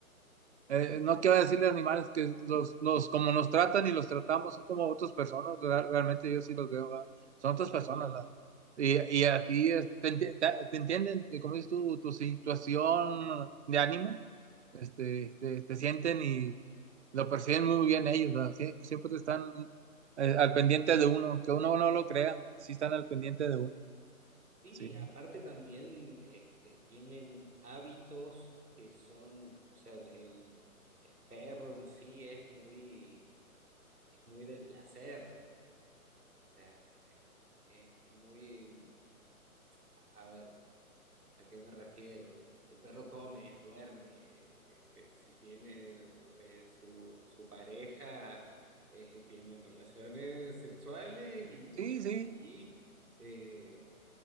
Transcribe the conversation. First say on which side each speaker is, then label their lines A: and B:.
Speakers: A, on the right (about 50°); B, on the right (about 85°).
A: Eh, no quiero decirle animales que los, los, como nos tratan y los tratamos son como otras personas, ¿verdad? Realmente yo sí los veo, ¿verdad? Son otras
B: tal
A: personas,
B: cual.
A: ¿verdad? Y, y así es, te, enti- te- te entienden, como dices tú, tu situación de ánimo, este, te, te sienten y lo perciben muy bien ellos, ¿verdad? Sie- Siempre, están eh, al pendiente de uno, que uno no lo crea, sí están al pendiente de uno.
B: Sí,
A: Sí,
B: aparte también este, tienen hábitos que son, o sea, el, el- el perro en sí es muy, es muy del placer, o sea, es, es muy, a ver, ¿a qué me refiero? El perro come, duerme, este, si tiene eh, su, su pareja, eh, tienen relaciones sexuales y
A: sí,
B: de
A: sí,
B: ahí eh,